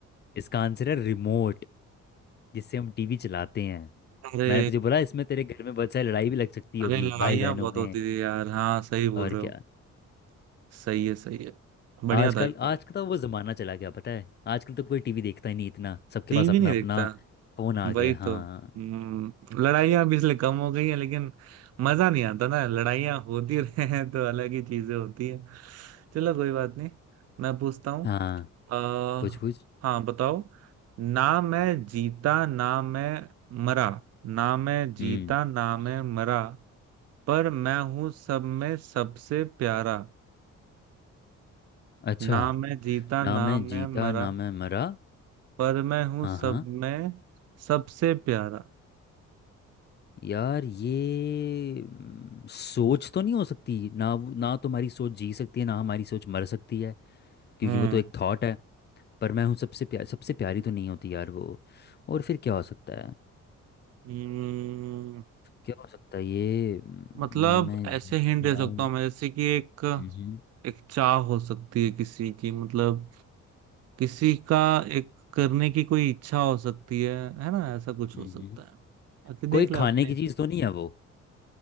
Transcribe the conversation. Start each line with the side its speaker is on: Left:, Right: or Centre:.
Left: इसका आंसर है रिमोट जिससे हम टीवी चलाते हैं
Right: अरे
Left: मैंने तुझे बोला इसमें तेरे घर में बहुत सारी लड़ाई भी लग सकती होगी
Right: अरे लड़ाइयाँ
Left: भाई बहनों
Right: बहुत
Left: में
Right: होती थी यार हाँ सही बोल
Left: और
Right: रहे हो
Left: क्या
Right: सही है सही है बढ़िया
Left: आजकल
Right: था ये वाला
Left: आज का तो वो ज़माना चला गया पता है आजकल तो कोई टीवी देखता ही नहीं इतना सबके
Right: टीवी
Left: पास अपना
Right: नहीं देखता
Left: अपना फ़ोन आ गया
Right: वही
Left: है।
Right: तो
Left: हाँ
Right: हम्म लड़ाइयाँ भी इसलिए कम हो गई है लेकिन मजा नहीं आता ना लड़ाइयाँ होती <laughs> रहे हैं तो अलग ही चीजें होती है चलो कोई बात नहीं मैं पूछता हूँ
Left: हाँ
Right: अह
Left: पूछ पूछ
Right: हाँ बताओ ना मैं जीता ना मैं मरा ना मैं जीता
Left: हम्म
Right: ना मैं मरा पर मैं हूँ सब में सबसे प्यारा
Left: अच्छा
Right: ना मैं जीता ना
Left: ना मैं
Right: मैं
Left: जीता
Right: मरा
Left: ना मैं मरा
Right: पर मैं हूँ
Left: हाँ
Right: सब
Left: हाँ
Right: में सबसे प्यारा
Left: यार ये हम्म, सोच तो नहीं हो सकती ना वो- ना तुम्हारी सोच जी सकती है ना हमारी सोच मर सकती है क्योंकि
Right: हम्म
Left: वो तो एक थॉट है पर मैं हूँ सबसे प्यार सबसे प्यारी तो नहीं होती यार वो और फिर क्या हो सकता है अ,
Right: हम्म,
Left: क्या हो सकता है ये हम्म,
Right: मतलब
Left: ना मैं
Right: ऐसे
Left: जी
Right: हिंट दे
Left: ना-
Right: सकता हूँ मैं जैसे कि एक
Left: मम्हम,
Right: एक चाह हो सकती है किसी की मतलब किसी का एक करने की कोई इच्छा हो सकती है है ना ऐसा कुछ
Left: मम्हम।
Right: हो सकता है बाकी देख
Left: कोई
Right: ले अपने
Left: खाने की चीज़ तो नहीं है वो